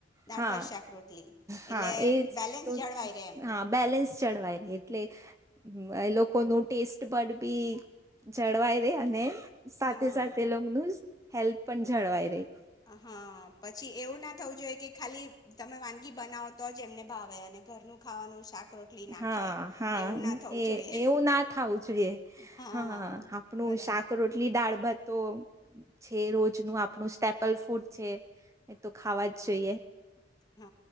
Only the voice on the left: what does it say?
દાળ
ભાત શાક રોટલી
એટલે
બેલેન્સ
જળવાય રહે એમ
હા
હાં પછી એવું ના થવું જોઈએ કે ખાલી તમે વાનગી બનાવો તો જ એમને ભાવે અને ઘરનું ખાવાનું શાક રોટલી ના
ખાય
એવું ના થવું
જોઈએ
હા
બરાબર
હં,